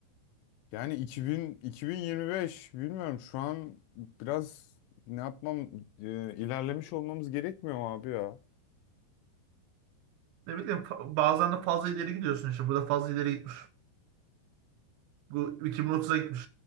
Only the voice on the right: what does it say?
Ne bileyim fa- bazen de fazla ileri gidiyorsun işte. Burada fazla ileri gitmiş. Bu 2030'a gitmiş.